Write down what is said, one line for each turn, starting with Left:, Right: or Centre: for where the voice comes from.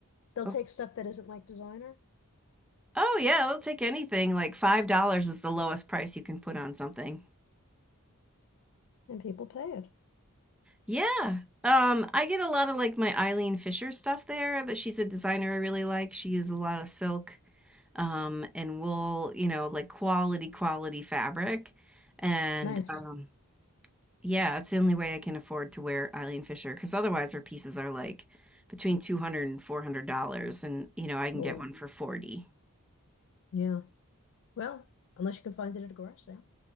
Left: they'll
Centre: Oh,
Left: take stuff that isn't like designer
Centre: oh, yeah, they'll take anything. Like five dollars is the lowest price you can put on something.
Left: and people pay it.
Centre: Yeah. Um, I get a lot of like my Eileen Fisher stuff there that she's a designer I really like. She uses a lot of silk, um, and wool, you know, like quality, quality fabric. And
Left: Nice.
Centre: um, Yeah, it's the only way I can afford to wear Eileen Fisher because otherwise her pieces are like between 200 and 400 dollars and you know I can
Left: Whoa.
Centre: get one for 40.
Left: yeah. Well, unless you can find it at a garage sale.